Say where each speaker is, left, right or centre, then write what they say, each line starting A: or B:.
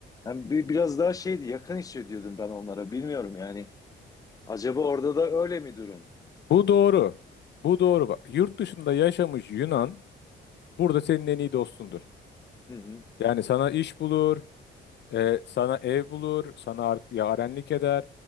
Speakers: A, on the left; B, on the left.
A: Yani bir, biraz daha şeydi, yakın hissediyordum ben onlara, bilmiyorum yani. Acaba orada da öyle mi durum?
B: Bu doğru. Bu doğru bak. Yurt dışında yaşamış Yunan burada senin en iyi dostundur.
A: Hı hı,
B: Yani sana iş bulur, Ee, sana ev bulur, sana ar- yarenlik eder.